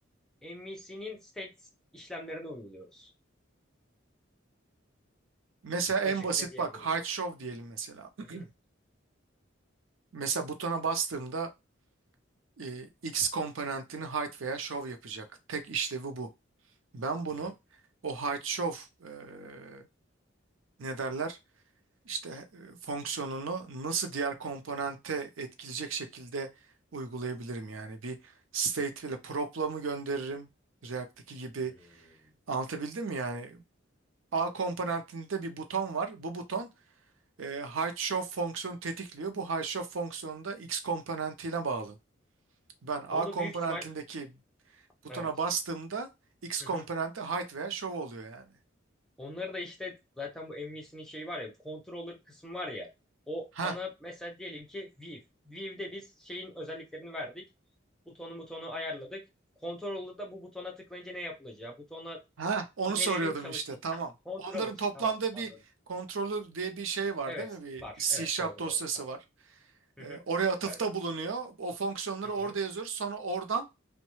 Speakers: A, in the centre; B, on the right.
A: MVC'nin state işlemlerine uyguluyoruz.
B: Mesela en
A: O şekilde
B: basit
A: diyebilirim.
B: bak height show diyelim mesela. <clears throat>
A: Hı hı.
B: Mesela butona bastığımda e, X komponentini height veya show yapacak. Tek işlevi bu. Ben bunu
A: Hı hı.
B: o height show e, ne derler? işte e, fonksiyonunu nasıl diğer komponente etkileyecek şekilde uygulayabilirim yani. Bir state ile prop'la mı gönderirim? React'taki gibi.
A: Hmm.
B: Anlatabildim mi yani? A komponentinde bir buton var. Bu buton e, Height-Shoff fonksiyonu tetikliyor. Bu Height-Shoff fonksiyonu da X komponentiyle bağlı. Ben A
A: Onu
B: komponentindeki
A: büyük ihtimal
B: butona
A: evet.
B: bastığımda X
A: Hı
B: komponenti
A: hı.
B: height veya show oluyor yani.
A: Onları da işte zaten bu MVC'nin şeyi var ya controller kısmı var ya o
B: Ha,
A: ana mesela diyelim ki Viv. Viv'de biz şeyin özelliklerini verdik. Butonu butonu ayarladık. Controller'da bu butona tıklayınca ne yapılacağı, butona
B: ha, onu
A: nelerin
B: soruyordum
A: çalıştığı.
B: işte. Tamam.
A: Heh, controller
B: Onların
A: işte
B: toplamda
A: tamam anladım.
B: bir kontrolü diye bir şey var
A: Evet
B: değil mi? Bir
A: var. Evet
B: C
A: doğru
B: dosyası
A: doğru tamam.
B: var.
A: Hı
B: E,
A: hı.
B: oraya atıfta
A: Evet.
B: bulunuyor.
A: Doğru.
B: O fonksiyonları
A: Hı hı.
B: orada yazıyoruz. Sonra oradan